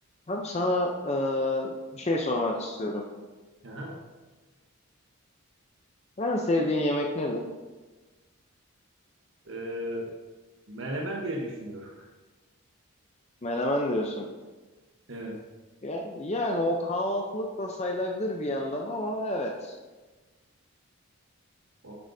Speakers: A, on the left; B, on the right.
A: Abi sana e, bir şey sormak istiyorum.
B: Aha.
A: En sevdiğin yemek nedir?
B: Ee, menemen diye düşünüyorum.
A: Menemen diyorsun.
B: Evet.
A: Ya, yani o kahvaltılık da sayılabilir bir yandan ama evet.
B: O,